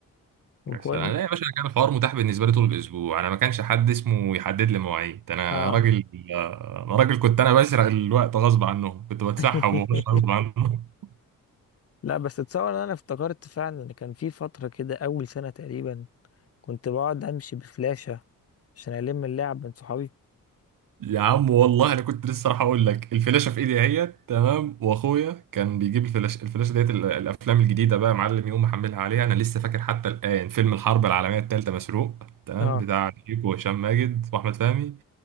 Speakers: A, on the left (about 45°); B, on the right (about 75°).
A: وكون
B: بس انا لا يا باشا أنا كان الحوار متاح بالنسبه لي طول الاسبوع انا ما كانش حد اسمه يحدد لي مواعيد انا
A: اه
B: راجل انا راجل كنت انا بسرق الوقت غصب عنه كنت بتسحب
A: <laughs>
B: وبخش غصب عنه <laughs>
A: لا بس اتصور ان انا افتكرت فعلا ان كان في فترة كده اول سنة تقريبا كنت بقعد امشي بفلاشة عشان الم اللعب من صحابي
B: يا عم والله انا كنت لسه راح اقول لك الفلاشه في ايدي اهيت تمام واخويا كان بيجيب الفلاشه الفلاشه ديت ال- الافلام الجديده بقى يا معلم يقوم محملها عليها انا لسه فاكر حتى الان فيلم الحرب العالميه الثالثه مسروق تمام
A: اه
B: بتاع شيكو وهشام ماجد واحمد فهمي